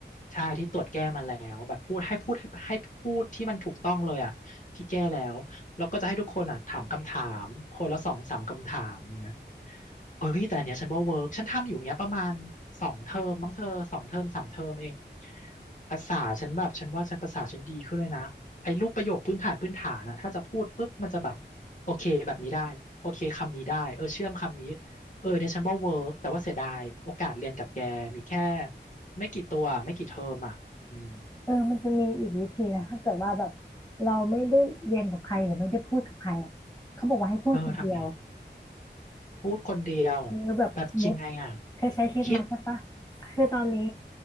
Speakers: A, on the left; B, on the left.
A: ใช่ที่ตรวจแก้มาแล้วแบบพูดให้พูดให้ให้พูดที่มันถูกต้องเลยอ่ะที่แก้แล้วแล้วก็จะให้ทุกคนอ่ะถามคำถามคนละสองสามคำถามอย่างเงี้ยเอ้ยแต่อันเนี้ยฉันว่าเวิร์กฉันทำอยู่เงี้ยประมาณสองเทอมมั้งเธอสองเทอมสามเทอมเองภาษาฉันแบบฉันว่าฉันภาษาฉันดีขึ้นเลยนะไอ้รูปประโยคพื้นฐานพื้นฐานอ่ะถ้าจะพูดปุ๊บมันจะแบบโอเคแบบนี้ได้โอเคคำนี้ได้เออเชื่อมคำนี้เออเนี่ยฉันว่าเวิร์กแต่ว่าเสียดายโอกาสเรียนกับแกมีแค่ ไม่กี่ตัวไม่กี่เทอมอ่ะอืม
B: เออมันจะมีอีกวิธีนะถ้าเกิดว่าแบบเราไม่ได้เรียนกับใครหรือไม่ได้พูดกับใครอะเขาบอกว่าให้พูดคนเดียว
A: เออทำไงพูดคนเดียว
B: เออแบบสมมติ
A: แบบยังไงอ่ะ
B: เธอใช้ชีวิตมาใช่ปะ
A: คิด
B: คือตอนนี้